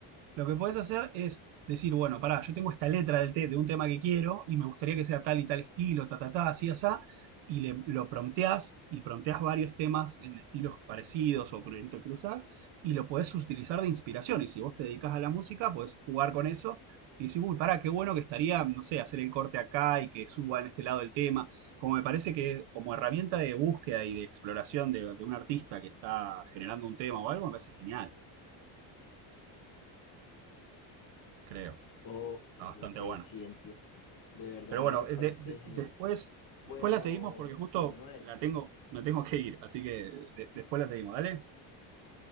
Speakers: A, on the right; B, on the left.
A: lo que podés hacer es decir, bueno, pará, yo tengo esta letra del té de un tema que quiero y me gustaría que sea tal y tal estilo, ta, ta, ta, así, asá, y le- lo prompteás y prompteás varios temas en estilos parecidos o cru- entrecruzás y lo podés utilizar de inspiración. Y si vos te dedicás a la música, podés jugar con eso y decir, uy, pará, qué bueno que estaría, no sé, hacer el corte acá y que suba en este lado el tema. Como me parece que como herramienta de búsqueda y de exploración de, de un artista que está generando un tema o algo, me parece genial, creo.
B: Ok,
A: Está bastante
B: ok,
A: bueno.
B: sí, entiendo. De verdad
A: Pero bueno,
B: me parece
A: eh, de- de-
B: genial.
A: después,
B: Bueno,
A: después la seguimos porque justo
B: Manuel,
A: la tengo, me tengo que ir, así que de- después la seguimos, ¿dale?